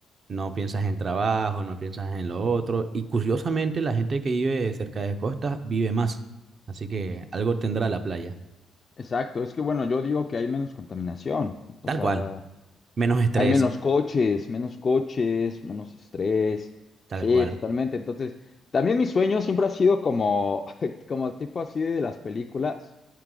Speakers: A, on the right; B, on the left.
A: No piensas en trabajo, no piensas en lo otro. Y curiosamente, la gente que vive cerca de costa vive más. Así que algo tendrá la playa.
B: Exacto, es que bueno, yo digo que hay menos contaminación, o
A: Tal
B: sea.
A: cual. Menos estrés.
B: Hay menos coches, menos coches, menos estrés.
A: Tal
B: Sí,
A: cual.
B: totalmente. Entonces, también mi sueño siempre ha sido como, <laughs> como tipo así de las películas,